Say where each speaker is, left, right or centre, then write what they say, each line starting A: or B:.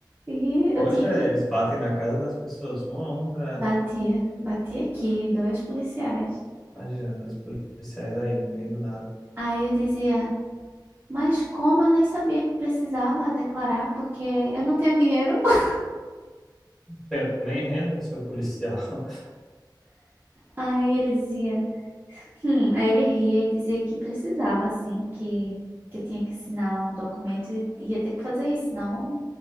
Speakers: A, on the right (about 25°); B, in the centre.
A: E
B: Poxa,
A: eu tinha que
B: eles batem na casa das pessoas um a um pra.
A: batia, batia aqui, dois policiais.
B: Imagina, dois policiais aí no meio do nada.
A: Aí eu dizia Mas como eu nem sabia que precisava declarar, porque eu não tenho dinheiro. <laughs>
B: Tenho nem renda, seu policial. <laughs>
A: Aí ele dizia, hum, aí ele ria e dizia que precisava, assim, que, que eu tinha que assinar lá um documento e ia ter que fazer isso, senão